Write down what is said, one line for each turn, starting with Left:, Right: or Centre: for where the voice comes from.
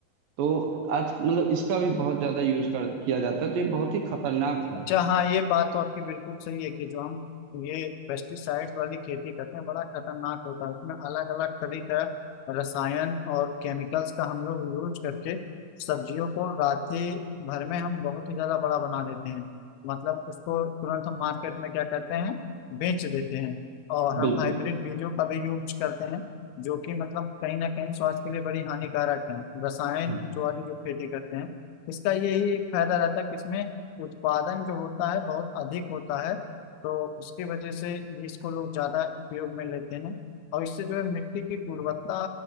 Right: तो आज मतलब इसका भी बहुत ज्यादा यूज कर किया जाता है तो ये बहुत ही खतरनाक है
Left: अच्छा हाँ ये बात तो आपकी बिल्कुल सही है कि जो हम ये पेस्टिसाइड्स वाली खेती करते हैं बड़ा खतरनाक होता है इसमें अलग अलग तरह का रसायन और केमिकल्स का हम लोग यूज करके सब्जियों को रात्रि भर में हम बहुत ही ज्यादा बड़ा बना देते हैं मतलब उसको तुरंत हम मार्केट में क्या करते हैं बेच देते हैं और हम
Right: बिल्कुल
Left: हाइब्रिड बीजों का भी यूज करते हैं जो कि मतलब कहीं ना कहीं स्वास्थ्य के लिए बड़ी हानिकारक है रसायन
Right: हम्म
Left: जो वाली जो खेती करते हैं इसका यही एक फायदा रहता है कि इसमें उत्पादन जो होता है बहुत अधिक होता है तो उसकी वजह से इसको लोग ज्यादा उपयोग में लेते हैं और इससे जो है मिट्टी की गुणवत्ता